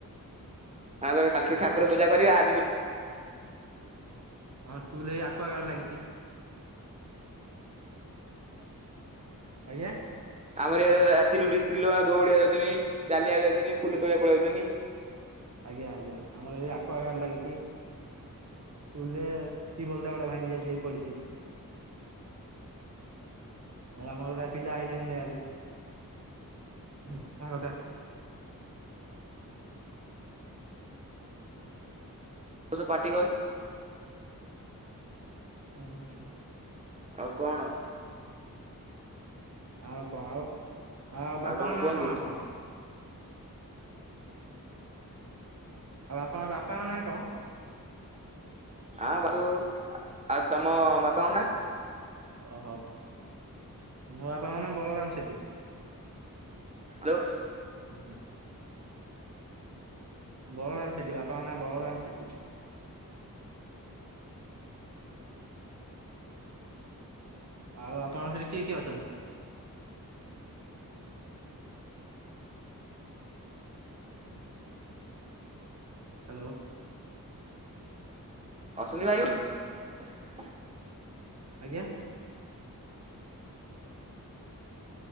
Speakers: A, on the right; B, on the right.
A: ଆଉ ତେବେ କାଲିଠୁ
B: ହୁଁ
A: ଠାକୁର ପୂଜା କରିବେ ଆଜିଠୁ
B: ହଁ ସ୍କୁଲରେ ଏ ଆକ୍ୱାଗାଡ଼୍ ଲାଗିଛି। ଆଜ୍ଞା।
A: ଆମର ଏଆଡେ <inaudible> ରାତିରୁ ଉଠିକି ସ୍ତ୍ରୀ ଲୋକ <inaudible> ଦୌଡ଼ିବାକୁ ଯାଉଛନ୍ତି ଚାଲିଆକୁ ଯାଉଛନ୍ତି ଫୁଲ ତୋଳିବାକୁ ପଳେଇ ଆଉଛନ୍ତି।
B: ଆଜ୍ଞା-ଆଜ୍ଞା, ଆମର ଏଠି ଆକ୍ୱାଗାଡ୍ ଲାଗିଛି। ସ୍କୁଲରେ ଟିଉବଲଟା ଗୋଟେ ଭାଙ୍ଗି ଯାଇଛି ହେଇ ପଡିଛି ଏଠି ଯାହା ହଉ ଆମର ଗୋଟେ ପିଲା ଆଇଲାଣି ହେଆଡୁ, ସାଙ୍ଗଟା
A: ତତେ ପାଟି କର୍
B: ହୁଁହୁଁ ହୁଁ।
A: ଆଉ କଣ?
B: ଆଉ କଣ ଆଉ ଆ
A: ଆଉ
B: ବାପାଙ୍କ
A: କୁହନ୍ତୁ?
B: ନାଁଆ କଣ ଆପଣଙ୍କର? ଆଉ ଆପଣଙ୍କ ବାପାଙ୍କ ନାଁ କଣ?
A: ଆ <inaudible> ଆଉ ତମ ବାପାଙ୍କ ନାଁଆ?
B: ଓହୋଃ ମୋ ବାପାଙ୍କ ନାଁଆ ବଳରାମ ସେଠୀ।
A: ହ୍ୟାଲୋ।
B: ହୁଁ-ହୁଁ। ବଳରାମ ସେଠୀ ବାପାଙ୍କ ନାଁଆ ବଳରାମ ସେଠୀ। ଆଉ ଆପଣଙ୍କ ସେଠି କିଏ କିଏ ଅଛନ୍ତି? ହ ହ୍ୟାଲୋ।
A: ଅଶ୍ୱିନୀ <inaudible>
B: ଆଜ୍ଞା?